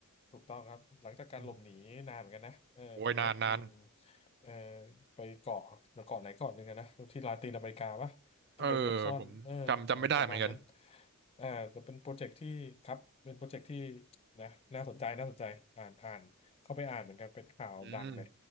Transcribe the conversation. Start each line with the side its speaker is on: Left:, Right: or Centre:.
Left: ถูกต้องครับหลังจากการหลบหนีนานเหมือนกันนะเออคนเนี้ยอืม
Right: อืมโอ้ยนานนาน
Left: เออไปเกาะเกาะไหนเกาะหนึ่งอะนะที่ลาตินอเมริกาปะจะไปหลบซ่อนเออ
Right: เออผมจำจำไม่ได้เหมือนกัน
Left: ประมาณนั้นอ่าแต่เป็นโปรเจกต์ที่ครับเป็นโปรเจกต์ที่นะน่าสนใจน่าสนใจอ่านอ่านเข้าไปอ่านเหมือนกันเป็นข่าวดังเลย
Right: อืม